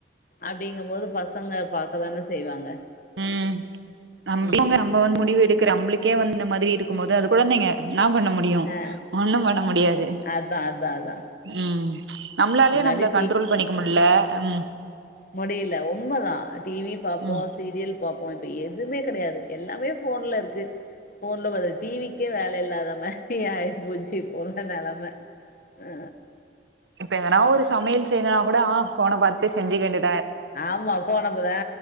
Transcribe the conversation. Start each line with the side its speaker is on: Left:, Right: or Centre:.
Left: அப்டிங்கும்போது பசங்க பாக் க்கதானே செய்வாங்க
Right: ம் நம்
Left: ம்
Right: நம்ம வந்து முடிவு எடுக்குற நம்மளுக்கே வந் இந்த மாதிரி இருக்கும்போது அது குழந்தைங்க நா பண்ண முடியு
Left: ஆ
Right: ஒண்ணு பண்ண முடியாது
Left: அதா அதா அதா
Right: ம் நம்மளாலே
Left: முன்னாடி
Right: நம்மள கண்ட்ரோல் பண்ணிக்க முட்ல ம்
Left: முடில உண்மதா டிவி பாப்போ
Right: ம்
Left: சீரியல் பாப் இப்ப எதுமே கெடயாது எல்லாமே போன்ல இருக்கு போன்ல வரு டிவிக்கே வேல இல்லாதம்ம டியாய் போச்சி ஒங்க நெலம அ
Right: இப்ப எதனா ஒரு சமையல் செய்யனா கூட ஆ போன பாத்து செஞ்சிக்க வேண்டி
Left: ஆமா போனப்பதா